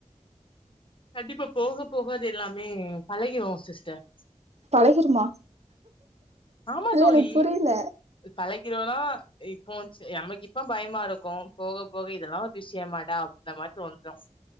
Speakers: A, on the left; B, on the right.
A: கண்டிப்பா போக போக அது எல்லாமே பழகிருவோ சிஸ்டர்
B: பழகிருமா
A: ஆமா
B: இல்ல
A: தோழி
B: எனக்கு புரியல.
A: பழகிறோனா இப்போ நமக்கு இப்ப பயமா இருக்கு, போக போக இதெல்லா ஒரு விஷயமாடா அப்படின்ற மாரி தோனிரும்